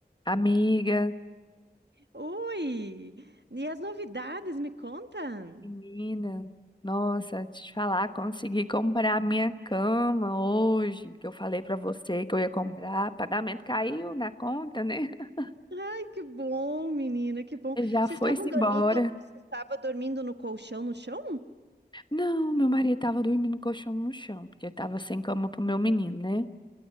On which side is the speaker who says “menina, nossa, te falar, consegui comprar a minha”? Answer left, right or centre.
Left